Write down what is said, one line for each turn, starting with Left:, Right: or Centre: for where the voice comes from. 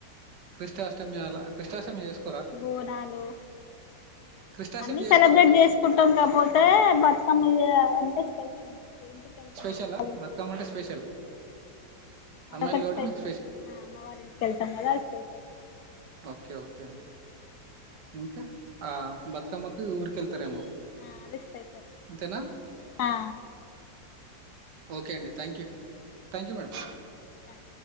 Right: కృష్ణాష్టమి అలా కృష్ణాష్టమి చేసుకో
Left: బోనాలు
Right: కృష్ణాష్టమి
Left: అన్ని
Right: చేసుకోరండి
Left: సెలబ్రేట్ చేస్ కుట్టం కాపోతే బతుకమ్మ అంటే స్పెషల్ మాకు ఇంటి వెళ్తాం
Right: స్పెషలా
Left: మా అమ్మ వల్ల ఇంటికి
Right: బతుకమ్మ అంటే స్పెషల్
Left: అదొక్కటి
Right: అమ్మాయిలు కాబట్టి
Left: స్పెషల్
Right: మీకు
Left: మా అమ్మ వల్ల ఇంటికి వెళ్తాం కదా అది స్పెషల్
Right: ఓకే ఓకే అండి ఇంకా ఆ బతుకమ్మకి ఊరికెళ్తారేమో
Left: ఆ అది స్పెషల్
Right: అంతేనా
Left: ఆ
Right: ఓకే అండి thank you thank you madam
Left: a